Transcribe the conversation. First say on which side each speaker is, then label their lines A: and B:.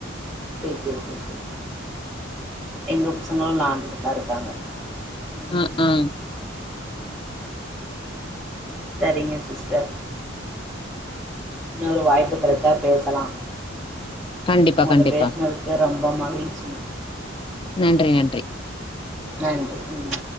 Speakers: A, in the centre; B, on the left (about 25°).
A: சரி சரி சரி சரி எங்க பசங்களு விளாண்டுட்டு தா இருக்காங்க ம்
B: அ ஆ
A: சரிங்க சிஸ்டர் இன்னொரு வாய்ப்பு கெடச்சா பேசலா
B: கண்டிப்பா
A: உங்கட்ட
B: கண்டிப்பா
A: பேசுனதுக்கு ரொம்ப மகிழ்ச்சி
B: நன்றி நன்றி
A: நன்றி ம்